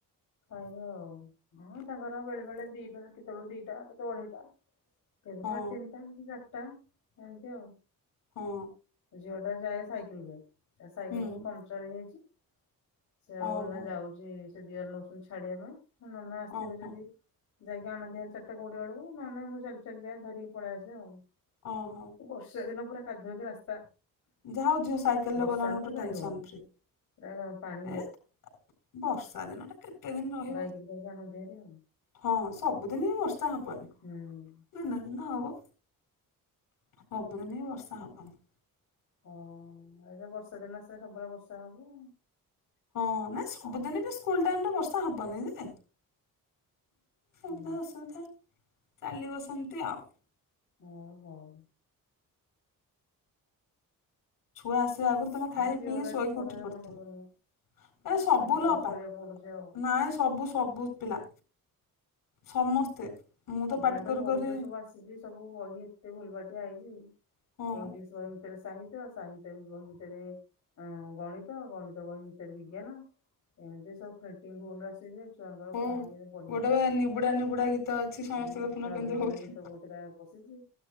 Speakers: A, on the left; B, on the left.
A: ଖାଇବେ ଆଉ ତାଙ୍କର ବେଳେବେଳେ ଦିଟା ଦିଟା ଦୌଡେଇଲା। କେବେ
B: ହଁ
A: ସାଢ଼େ ତିନିଟା କି ଚାରିଟା ଏମିତି ଆଉ।
B: ହୁଁ।
A: ଝିଅ ଟା ଯାଏ ସାଇକେଲ ରେ ସାଇକେଲ
B: ହୁଁ
A: କ ପଞ୍ଚର ହେଇଯାଇଛି। ସେ ଆଉ
B: ଓହୋ
A: ନା ଯାଉଛି ସେ ଦିଅରେ ନଉଛନ୍ତି ଛାଡିବା ପାଇଁ ନନା ଆସିଥିବେ
B: ଓହୋ
A: ଯଦି ଯାଇକି ଆଣନ୍ତି ହାରି ଚାରିଟା କୋଡିଏ ବେଳକୁ ନହେଲେ ମୁଁ ଚାଲି ଚାଲି ଯାଏ ଧରିକି ପଳେଇ ଆସେ ଆଉ
B: ଓହୋ
A: ବର୍ଷା ଦିନ ପୁରା କାଦୁଅ କି ରାସ୍ତା
B: ଯା ହଉ ଝିଅ ସାଇକେଲ୍
A: ବର୍ଷା
B: ରେ ଗଲାଣିଠୁ
A: ହେଲେ ତ ଯାଇ
B: ଟେନସନ୍
A: ହଉନି
B: ଫ୍ରୀ
A: ପୁରା ପାଣି
B: ଏଁ ବର୍ଷା ଦିନ ଟା କେତେ ଦିନ ରହିବ।
A: ବାଇକ୍ ରେ ବୋଉକୁ ଆଣନ୍ତେ ହେରି ଆଉ
B: ହଁ ସବୁଦିନି ବର୍ଷା ହବନି
A: ହୁଁ।
B: ଦିନେ ଦିନେ ହବ। ସବୁଦିନି ବର୍ଷା ହବନି।
A: ହ ଏବେ ବର୍ଷା ଦିନ ଆସିଲେ ସବୁବେଳେ ବର୍ଷା ହବ।
B: ହଁ ନାଁ ସବୁଦିନେ ବି ସ୍କୁଲ୍ ଟାଇମ୍ ଟା ବର୍ଷା ହବନେଇ ଯେ ସୁବିଧା
A: ହୁଁ
B: ଅସୁବିଧା ଚାଲିବ ସେମତି ଆଉ
A: ହୋଉ ହୋଉ
B: ଛୁଆ ଆସିବା ଆଗରୁ ତମେ ଖାଇ
A: ଏ ଝିଅଟା
B: ପିଇ ଶୋଇକି
A: ଟିକେ ପଢାରେ
B: ଉଠି ପଡିଥିବ।
A: ମନ ଦଉନି
B: ଏ ସବୁ
A: ତାକୁ ଟିକେ ଫୋର୍ସ
B: ଲୋପା
A: କରିବାକୁ ପଡୁଛି ଆଉ।
B: ନାଇଁ ସବୁ ସବୁ ପିଲା ସମସ୍ତେ ମୁଁ
A: ଏ
B: ପାଟି
A: ପାଳି ତ
B: କରୁ
A: ବହି
B: କରୁ
A: ଯୋଉ ସବୁ ଆସିଛି ସବୁ ବହି ଏତେ ଭୁଲ୍ ଭାଟିଆ ହେଇଛି।
B: ହଁ ବା
A: ଇଂଲିଶ୍ ବହି ଭିତରେ ସାହି ସାହିତ୍ୟ ବହି ଭିତରେ ଗଣିତ ଗଣିତ ବହି ଭିତରେ ବିଜ୍ଞାନ ଏମିତି ସବୁ ପ୍ରିଣ୍ଟିଙ୍ଗ ଭୁଲ୍ ଆସିଛି ଛୁଆଙ୍କର ଯେ
B: ହଁ
A: କଣ କେମିତି ପଢିବେ
B: ଗୋଟେ
A: କେଜାଣି।
B: ବା ନିବୁଡା ନିବୁଡା ଗୀତ ଅଛି ସମସ୍ତେ
A: ହୁଁ
B: ଦେଖୁନ
A: ରଜ
B: କେମିତି
A: ଦୋଳି
B: ହଉଛନ୍ତି
A: ଗୀତ କୋଉଥିଟା ପଶିଛି